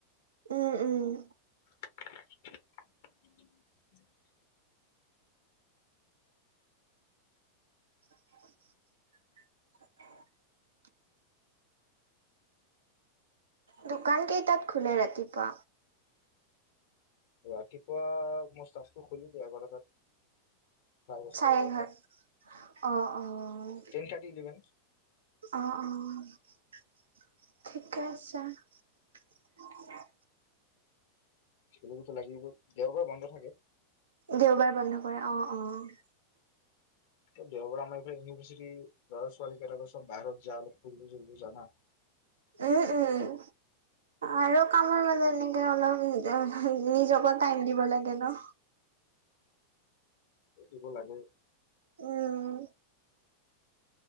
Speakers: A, on the right (about 65°); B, on the left (about 55°).
A: উম, উম।
B: <unintelligible>
A: <unintelligible> দোকান কেইটাত খোলে ৰাতিপুৱা?
B: ৰাতিপুৱা মোৰ ষ্টাপটো খুলি দিয়ে এঘাৰটাত। দহটা
A: চাৰে
B: এঘাৰটা
A: এঘাৰত, অঁ অঁহ।
B: টেন থাৰ্টি ইলেভেন
A: অঁ, অহ ঠিকে আছে। চাহ
B: খুলিবটো লাগিব, দেওবাৰে বন্ধ থাকে।
A: দেওবাৰে বন্ধ কৰে, অঁ অঁ।
B: এ দেওবাৰে আমাৰ এইফালে ইউনিভাৰ্চিটিৰ ল'ৰা ছোৱালী কেইটাকে চব বাহিৰত যাওঁ ফুৰিব চুৰিব যায় না।
A: উম, উম উম। আৰু কামৰ মাজত এনেকে অলপ <unintelligible> নিজকো টাইম দিব লাগে ন।
B: এ দিব লাগে।
A: উম।